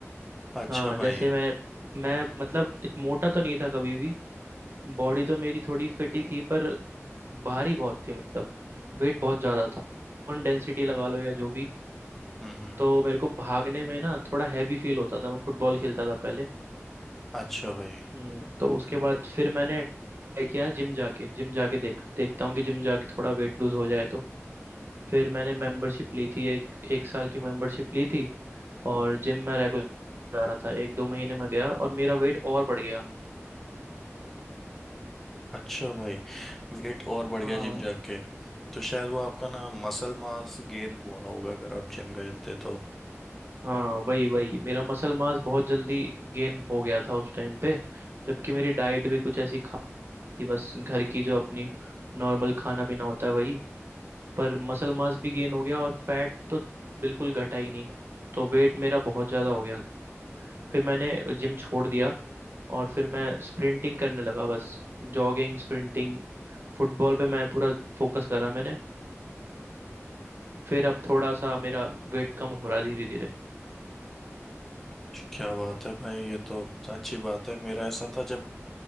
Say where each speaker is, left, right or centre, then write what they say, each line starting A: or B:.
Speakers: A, in the centre; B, on the right (about 50°).
A: अच्छा
B: हाँ जैसे
A: भाई
B: मैं मैं मतलब इत मोटा तो नहीं था कभी भी बॉडी तो मेरी थोड़ी फिट ही थी पर भारी बहुत थी मतलब वेट बहुत ज्यादा था बोन डेंसिटी लगा लो या जो भी
A: हम्म हम्म
B: तो मेरे को भागने में ना थोड़ा हैवी फील होता था मैं फुटबॉल खेलता था पहले
A: अच्छा भाई
B: हम्म तो उसके बाद फिर मैंने ट्राई किया जिम जाके जिम जाके देख देखता हूँ कि जिम जाके थोड़ा वेट लूज हो जाए तो फिर मैंने मेंबरशिप ली थी एक एक साल की मेंबरशिप ली थी और जिम में रेगुलर जा रहा था एक दो महीने में गया और मेरा वेट और बढ़ गया
A: अच्छा भाई वेट और बढ़
B: हाँ
A: गया जिम जाके तो शायद वो आपका ना मसल मास गेन हुआ होगा अगर आप जिम गए थे तो
B: हाँ वही वही मेरा मसल मास बहुत जल्दी गेन हो गया था उस टाइम पे जबकि मेरी डाइट भी कुछ ऐसी खाती थी बस घर की जो अपनी नॉर्मल खाना पीना होता है वही पर मसल मास भी गेन हो गया और फैट तो बिल्कुल घटा ही नहीं तो वेट मेरा बहुत ज़्यादा हो गया फिर मैंने जिम छोड़ दिया और फिर मैं स्प्रिंटिंग करने लगा बस जॉगिंग स्प्रिंटिंग फुटबॉल पे मैं पूरा फोकस करा मैंने फिर अब थोड़ा सा मेरा वेट कम हो रहा धीरे धीरे
A: क्या बात है भाई ये तो अच्छी बात है मेरा ऐसा था जब